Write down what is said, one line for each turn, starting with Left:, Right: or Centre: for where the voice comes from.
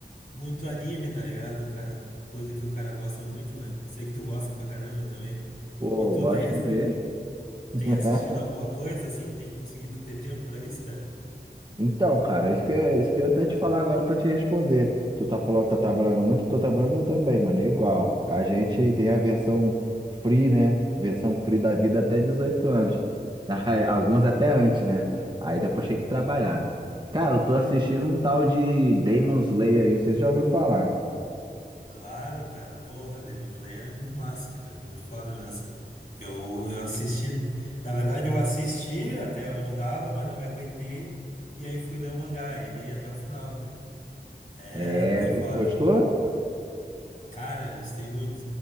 Left: muito anime, tá ligado? Cara, coisa que o cara gosta muito, né? Sei que tu gosta pra caramba também.
Right: pô,
Left: E tu
Right: gosto
Left: tem,
Right: mesmo. <laughs>
Left: tem assistido alguma coisa assim? Tem conseguido ter tempo pra isso, cara?
Right: Então, cara, isso que, é- isso que eu ia até te falar agora pra te responder. Tu tá falando, tá trabalhando muito, eu tô trabalhando também, mano, é igual. A gente tem a versão free, né? Versão free da vida até 18 anos. <laughs> Aí, Alguns até antes, né? Aí depois tem que trabalhar. Cara, eu tô assistindo um tal de Demon Slayer aí, não sei se você já ouviu falar.
Left: Claro, cara. Porra, Demon Slayer é muito massa, cara. Muito foda mesmo. Eu, eu assisti. Na verdade, eu assisti até onde dava, mas não me aguentei. E aí fui ler o mangá. E li até o final, cara. É,
Right: É,
Left: é
Right: tu
Left: foda.
Right: tu gostou?
Left: Cara, eu gostei muito.